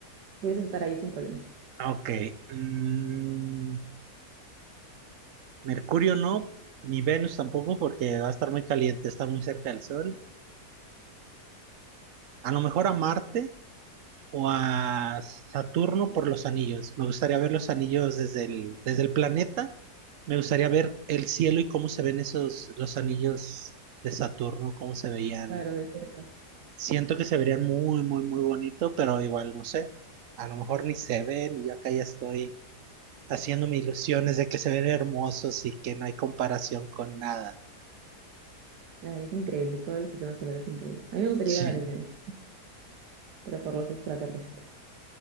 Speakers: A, on the right; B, on the right.
A: pudieses estar ahí sin problemas.
B: ok. Mm, Mercurio no, ni Venus tampoco, porque va a estar muy caliente, está muy cerca del Sol. A lo mejor a Marte o a Saturno por los anillos. Me gustaría ver los anillos desde el, desde el planeta. Me gustaría ver el cielo y cómo se ven esos, los anillos de Saturno, cómo se veían.
A: Claro, de cerca.
B: Siento que se verían muy, muy, muy bonito, pero igual no sé. A lo mejor ni se ven y yo acá ya estoy haciéndome ilusiones de que se ven hermosos y que no hay comparación con nada.
A: Ay, es increíble, todo el sistema solar es increíble. A mí me gustaría
B: Sí.
A: ir a Ganímedes, pero por los extraterrestres,